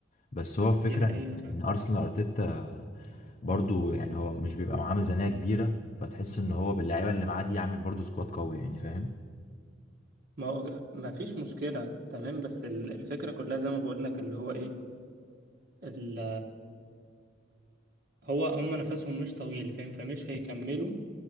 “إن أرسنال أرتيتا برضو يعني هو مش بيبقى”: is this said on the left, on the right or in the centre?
Left